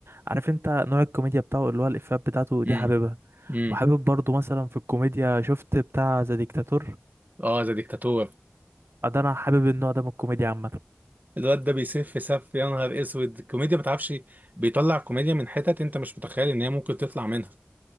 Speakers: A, on the right; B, on the right.
A: عارف انت نوع الكوميديا بتاعه اللي هو الافيهات بتاعته دي
B: امم
A: حاببها
B: امم
A: وحابب برضو مثلا في الكوميديا شفت بتاع ذا ديكتاتور
B: اه ذا ديكتاتور
A: آه، ده انا حابب النوع ده من الكوميديا عامة
B: الواد ده بيسف سف يا نهار اسود الكوميديا ما تعرفش بيطلع كوميديا من حتت انت مش متخيل ان هي ممكن تطلع منها